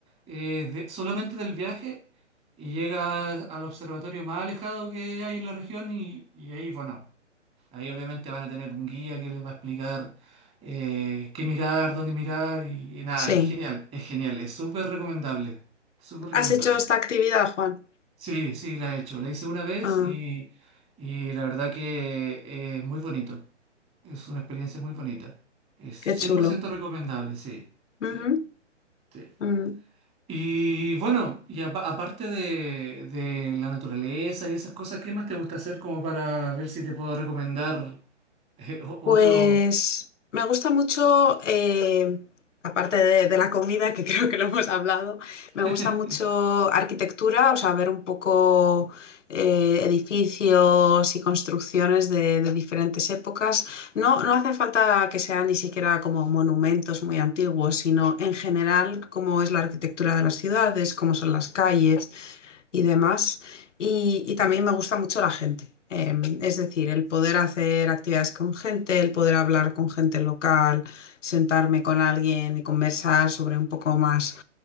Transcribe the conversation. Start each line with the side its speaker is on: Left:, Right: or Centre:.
Right: eh, de- solamente del viaje y llegas al observatorio más alejado que hay en la región y, y ahí, bueno. Ahí obviamente van a tener un guía que les va a explicar eh, qué mirar, dónde mirar y, y nada,
Left: sí.
Right: es genial, es genial, es súper recomendable, súper recomendable.
Left: ¿Has hecho esta actividad, Juan?
Right: Sí, sí, la he hecho, la hice una vez
Left: Ah,
Right: y, y la verdad que eh, es muy bonito, es una experiencia muy bonita, es cien
Left: qué chulo.
Right: por ciento recomendable, sí, sí,
Left: Ujú,
Right: sí.
Left: ujú.
Right: Y bueno, y apa- aparte de, de la naturaleza y esas cosas, ¿qué más te gusta hacer como para ver si te puedo recomendar eh, o- otro?
Left: Pues me gusta mucho, eh, aparte de, de la comida, que <laughs> creo que lo hemos hablado,
Right: <laughs>
Left: me gusta mucho arquitectura, o sea, ver un poco eh, edificios y construcciones de, de diferentes épocas. No, no hace falta que sean ni siquiera como monumentos muy antiguos, sino en general cómo es la arquitectura de las ciudades, cómo son las calles y demás. Y, y también me gusta mucho la gente. Eh, es decir, el poder hacer actividades con gente, el poder hablar con gente local, sentarme con alguien y conversar sobre un poco más,